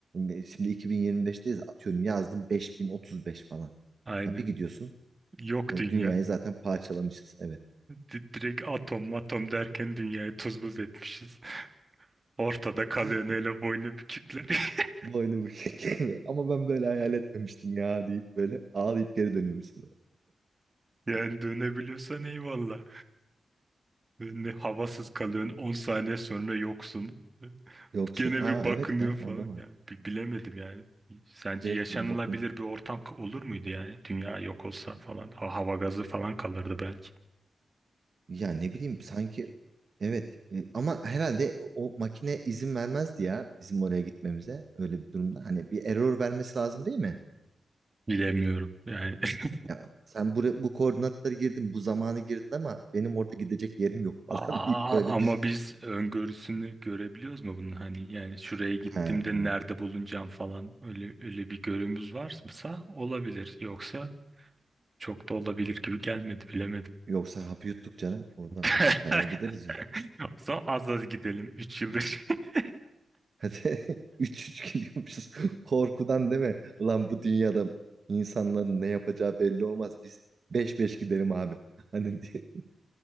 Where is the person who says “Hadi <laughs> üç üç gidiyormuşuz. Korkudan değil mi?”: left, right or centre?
Right